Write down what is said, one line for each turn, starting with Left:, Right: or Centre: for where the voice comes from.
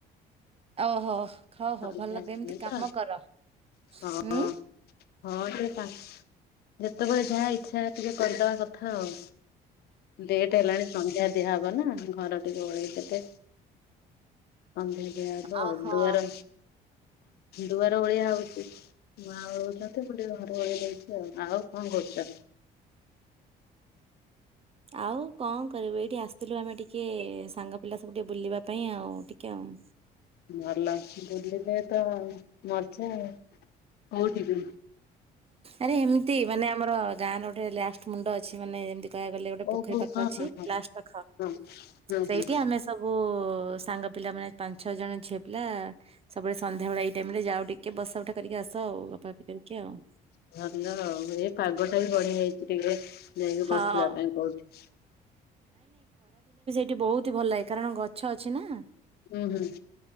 Right: ଓହୋ ଖ
Left: ସନ୍ଧ୍ୟା
Right: ହୋଉ ଭଲ
Left: ଅଛି
Right: ଏମିତି
Left: ନାଇଁ ତ
Right: କାମ କର।
Left: ହଁ।
Right: ହୁଁ
Left: ହଁ ଟିକେ ତା ଯେତେବେଳେ ଯାହା ଇଚ୍ଛା ଟିକେ କରିଦବା କଥା ଆଉ। ଲେଟ୍ ହେଲାଣି ସନ୍ଧ୍ୟା ଦିଆହବ ନା ଘର ଟିକେ ଓଳେଇଦେଲେ ସନ୍ଧ୍ୟା ଦିଅ ହବ,
Right: ଓହୋ
Left: ଆଉ ଦୁଆର ଦୁଆର ଓଳିଆ ହଉଚି। ମା ଓଳଉଚନ୍ତି ମୁଁ ଟିକେ ଘର ଓଳେଇ ଦଉଚି ଆଉ। ଆଉ କଣ କରୁଚ?
Right: ଆଉ କଣ କରିବି, ଏଇଠି ଆସିଥିଲୁ ଆମେ ଟିକେ ସାଙ୍ଗ ପିଲା ସବୁ ଟିକେ ବୁଲିବା ପାଇଁ ଆଉ ଟିକେ ଆଉ।
Left: ଭଲ ବୁଲିଲେ ତ ମଜା ଆଉ। କୋଉଠିକି
Right: ଆରେ ଏମିତି ମାନେ ଆପ୍ ଆମର ଗାଁରେ ଗୋଟେ ଲାଷ୍ଟ ମୁଣ୍ଡ ଅଛି। ମାନେ ଏମତି କହିଆକୁ ଗଲେ ଗୋଟେ
Left: ଓହୋ
Right: ପୋଖରୀ ପାଖ
Left: ହଁ
Right: ଅଛି
Left: ହଁ ହଁ
Right: ଲାଷ୍ଟ ପାଖ,
Left: ହଁ ହଁ
Right: ସେଇଟି
Left: ହଁ।
Right: ଆମେ ସେ ସବୁ ସାଙ୍ଗ ପିଲା ମାନେ, ପାଞ୍ଚ, ଛଅ ଜଣ ଝିଅ ପିଲା ସବୁବେଳେ ସନ୍ଧ୍ୟାବେଳ ଏଇ ଟାଇମ୍ ରେ ଯାଉ ଟିକେ, ବସା ଉଠା କରିକି ଆସ, ଆଉ ଗପାଗପି କରିକି ଆଉ।
Left: ଭଲ ଆଉ, ଏ ପାଗଟା ବି ବଢିଆ ହେଇ ଟିକେ-ଏ ଯାଇକି
Right: ହଁ
Left: ବସିବା ପାଇଁ କହୁଚି।
Right: ସେଟି ବହୁତ ହି, ଭଲ ଲାଗେ କାରଣ ଗଛ ଅଛି ନା?
Left: ହୁଁ, ହୁଁ।